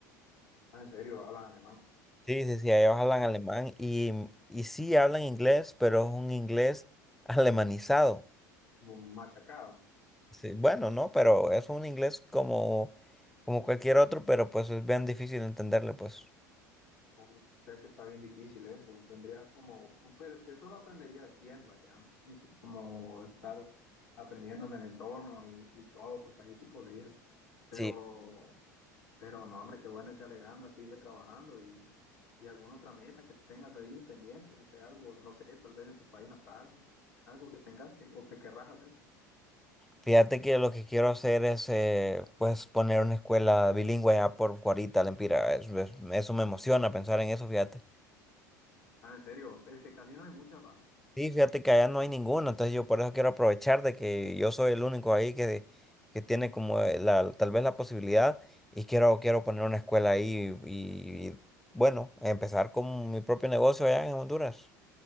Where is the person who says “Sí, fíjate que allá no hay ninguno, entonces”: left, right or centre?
Centre